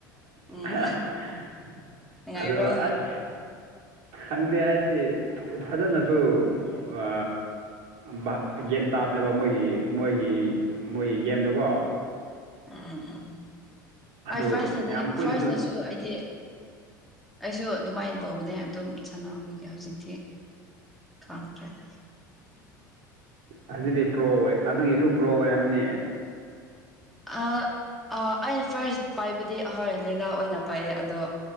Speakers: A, in the centre; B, on the right.
A: ꯎꯝ
B: <unintelligible>
A: ꯅꯨꯡꯉꯥꯏꯕ꯭ꯔꯣ
B: <unintelligible> ꯑꯗꯣ ꯑꯁ ꯈꯪꯗꯦ ꯑꯩꯗꯤ ꯐꯖꯅꯁꯨ ꯑ ꯚꯥꯕ ꯌꯥꯟ ꯇꯥꯗꯦꯕ ꯃꯣꯏꯒꯤ ꯃꯣꯏꯒꯤ ꯃꯣꯏꯒꯤ ꯒꯦꯝꯗꯨꯀꯣ
A: <unintelligible>
B: ꯑꯗꯨ ꯌꯥꯝ ꯀꯨꯏꯅꯁꯨ
A: ꯐꯥꯔꯁꯇꯁꯨ ꯑꯩꯗꯤ ꯑꯩꯁꯨ ꯑꯗꯨꯝꯃꯥꯏꯟ ꯇꯧꯕꯅꯦ ꯑꯗꯨꯝ ꯁꯥꯟꯅꯕꯒꯤ ꯍꯧꯖꯤꯛꯇꯤ ꯈꯪꯈ꯭ꯔꯦꯗ <unintelligible>
B: ꯍꯧꯖꯤꯗꯤ ꯄ꯭ꯔꯣ ꯑꯣꯏ ꯑꯗꯨꯒꯤꯁꯨ ꯄ꯭ꯔꯣ ꯑꯣꯏꯔꯝꯃꯅꯤ
A: ꯑꯥ ꯑꯥ ꯑꯩ ꯐꯥꯔꯁ ꯄꯥꯏꯕꯗꯤ ꯑꯩꯍꯣꯏ ꯂꯦꯂꯥ ꯑꯣꯏꯅ ꯄꯥꯏꯌꯦ ꯑꯗꯣ